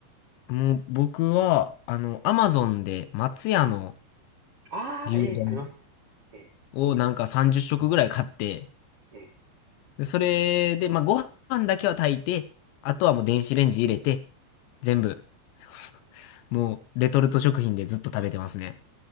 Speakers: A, on the left; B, on the right.
A: もう、僕は、あの、アマゾンで松屋の
B: ああー、
A: 牛丼
B: ええありますね。ええ
A: をなんか30食ぐらい買って、
B: ええ
A: でそれで、まあ、ご飯だけは炊いて、あとはもう電子レンジ入れて、全部、<laughs> もう、レトルト食品でずっと食べてますね。